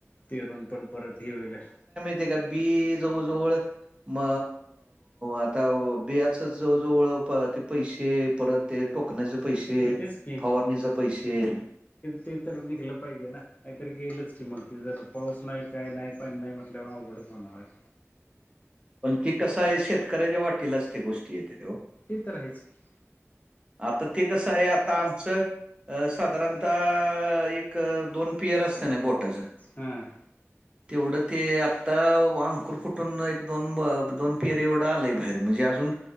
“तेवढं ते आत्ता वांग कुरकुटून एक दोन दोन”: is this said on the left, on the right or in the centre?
Right